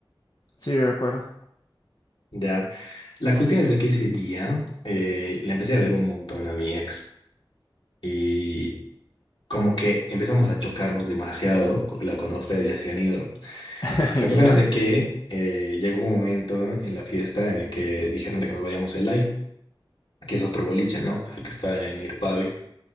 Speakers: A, on the left; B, on the left.
A: Sí, recuerdo.
B: Ya. La cuestión es de que ese día eh, le empecé a ver un montón a mi ex. y como que empezamos a chocarnos demasiado cu- la- cuando ustedes ya se han ido.
A: <laughs>
B: La cuestión
A: ¿Ya?
B: es de que eh, llegó un momento en la fiesta en el que dijeron de que nos vayamos el live, que es otro boliche, ¿no? El que está en Irpavi.